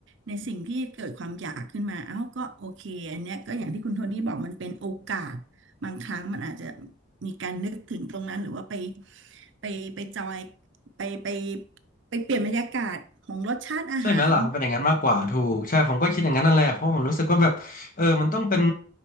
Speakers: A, on the right (about 55°); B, on the left (about 40°).
A: ในสิ่งที่เกิดความอยากขึ้นมาเอ้าก็โอเคอันเนี้ยก็อย่างที่คุณโทนี่บอกมันเป็นโอกาสบางครั้งมันอาจจะมีการนึกถึงตรงนั้นหรือว่าไปไปไปจอยไปไปไปเปลี่ยนบรรยากาศของรสชาติอาหาร
B: ใช่ไหมล่ะมันเป็นอย่างนั้นมากกว่าถูกใช่ผมก็คิดอย่างนั้นนั่นแหละเพราะผมรู้สึกว่าแบบเออมันต้องเป็น